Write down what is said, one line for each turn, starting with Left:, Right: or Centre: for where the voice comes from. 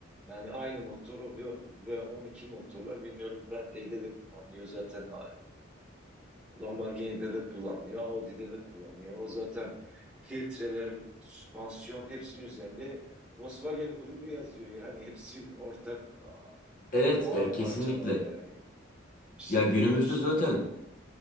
Centre: yani aynı motor o ve ve 12 motorlar bilmiyorum Bentley'de de kullanılıyor zaten e, Lamborghini'de de kullanılıyor, Audi'de de kullanılıyor. O zaten filtreler, süspansiyon hepsinin üzerinde Volkswagen grubu yazıyor. Yani hepsi ortak
Left: Evet
Centre: o
Left: ya
Centre: an
Left: kesinlikle.
Centre: parçalar yani. Bir şey
Left: Ya günümüzde
Centre: diyemiyorsun
Left: zaten
Centre: orada.